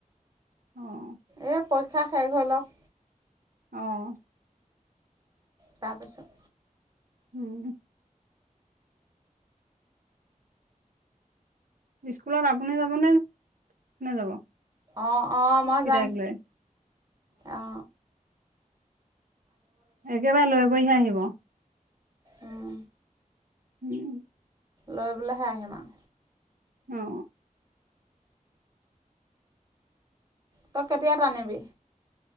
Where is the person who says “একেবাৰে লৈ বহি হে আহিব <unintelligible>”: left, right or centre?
Right